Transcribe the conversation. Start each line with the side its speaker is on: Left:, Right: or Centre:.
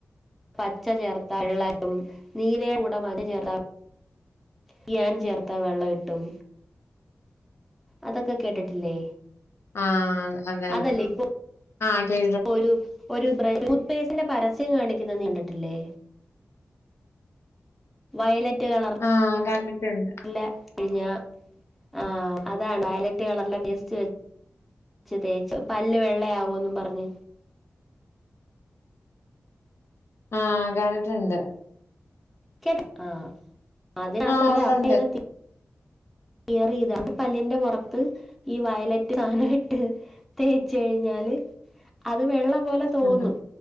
Centre: പച്ച ചേർത്താ വെള്ളായിട്ടും നീലയുടെ ഉടമാ ചേർത്ത <unintelligible> ൻ ചേർത്താ വെള്ള കിട്ടും അതൊക്കെ കേട്ടിട്ടില്ലേ
Left: ആഹ അങ്ങനെ
Centre: അതല്ല ഇപ്പൊ
Left: ആഹ കേ
Centre: ഒരു ഒരു ടൂത്ത് പേസ്റ്റിന്റെ പരസ്യം കാണിക്കുന്നത് നീണ്ടിട്ടില്ലേ വയലറ്റുകളാണ്
Left: ആഹ്, കണ്ടിട്ടുണ്ട്.
Centre: <unintelligible> ഴിഞ്ഞ ആ അതാണ്ലറ്റ് കളറില പേസ്റ്റ് വ ച്ച തേച്ച പല്ല് വെള്ളയാവോന്ന് പറഞ്ഞ്
Left: ആഹ്, കണ്ടിട്ടുണ്ട്.
Centre: കേട്ട ആഹ അതിന്നത്
Left: ആഹ്
Centre: അവര്
Left: ഉണ്ടുണ്ട്
Centre: അപ്പ <unintelligible> കറി ഇത പല്ലിന്റെ പുറത്ത് ഈ വയലറ്റ് സാധനം ഇട്ട് തേച്ച് കഴിഞ്ഞാല് അത് വെള്ളം പോലെ തോന്നും
Left: ഉം